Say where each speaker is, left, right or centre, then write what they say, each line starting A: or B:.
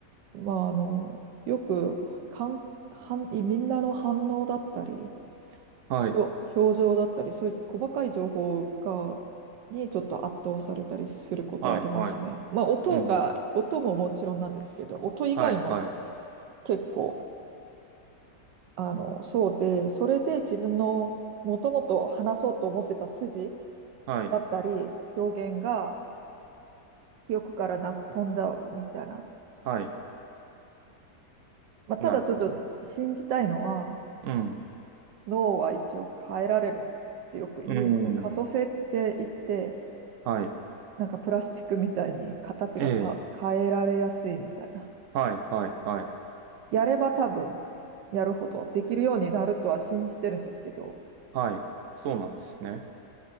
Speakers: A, on the right; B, on the right.
A: まあ、あの、よくかん、反みんなの反応だったり、
B: はい。
A: よ、表情だったり、そういう細かい情報が、にちょっと圧倒されたりすることはありますね。
B: はい。はい。
A: まあ、音が、
B: うん。
A: 音ももちろんなんですけど、音以外も
B: はい。はい。
A: 結構、あの、そうで、それで自分のもともと話そうと思ってた筋
B: はい。
A: だったり、表現が記憶からな飛んだみたいな。
B: はい。
A: まあ、ただちょっと信じたいのは、
B: なるほど。うん。
A: 脳は一応変えられるってよく言うので、
B: うん。
A: 可塑性って言って、
B: はい。
A: なんかプラスチックみたいに形がか変えられやすいみたいな。
B: ええ。はい、はい、はい。
A: やれば多分やるほどできるようになるとは信じてるんですけど、
B: はい。そうなんですね。